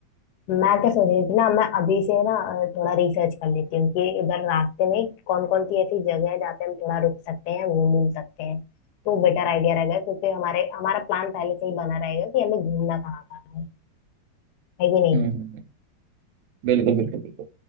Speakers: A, on the left (about 75°); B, on the right (about 80°).
A: मैं क्या सोच रही थी ना मैं अभी से ना अ, थोड़ा रिसर्च कर लेती हूँ कि उधर रास्ते में कौन कौन सी ऐसी जगह है जहाँ पे हम थोड़ा रुक सकते हैं घूम घूम सकते हैं तो बेटर आइडिया रहेगा क्योंकि हमारे हमारा प्लान पहले से ही बना रहेगा कि हमें घूमना कहाँ कहाँ है है कि नहीं
B: हम्म हम्म हम्म बिल्कुल बिल्कुल बिल्कुल